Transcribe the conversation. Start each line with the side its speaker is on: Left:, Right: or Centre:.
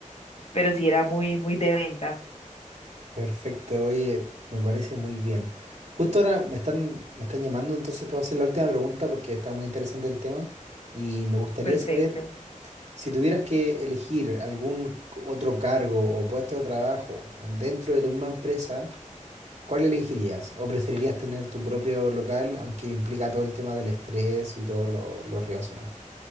Left: pero sí era muy, muy de venta.
Right: Perfecto, oye, me parece muy bien. Justo ahora me están, me están llamando, entonces te voy a hacer la última pregunta porque está muy interesante el tema y me gustaría
Left: Perfecto.
Right: saber Si tuvieras que elegir algún otro cargo o puesto de trabajo en- dentro de tu misma empresa, ¿cuál elegirías? ¿O preferirías tener tu propio local, aunque implica todo el tema del estrés y todo lo, lo relacionado?